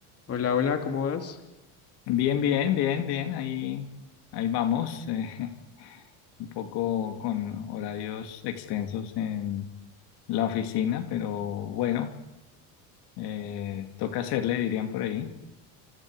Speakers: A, on the left; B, on the left.
A: Hola, hola, ¿cómo vas?
B: Bien, bien, bien, bien. Ahí, ahí vamos. eh, <laughs> un poco con horarios extensos en la oficina, pero bueno, eh, toca hacerle, dirían por ahí.